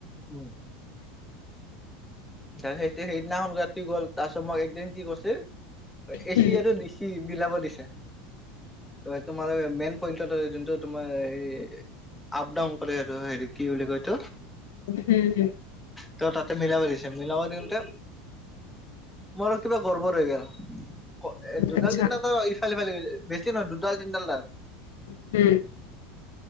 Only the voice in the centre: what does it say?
উম। ত সেইটো সেইদিনাখন গাত টি গল তাৰপিছত মোক একদিন কি কৰছে,
এচি আৰু দিচি বিলাব দিছে। অ তোমাৰ মেইন পইন্টটোতো যোনটো তোমাৰ হেৰি আপ ডাউন কৰে আৰু হেৰি কি বুলি কয়তো?
ত তাতে মিলাব দিছ তে মিলাবো দিওঁতে মোৰো কিবা গৰবৰ হৈ গেল। অ দুডাল
তিনিডাল আৰু ইফালে সিফাল হৈ গৈছে বেছি নহয় দুডাল তিনিডাল ডাল।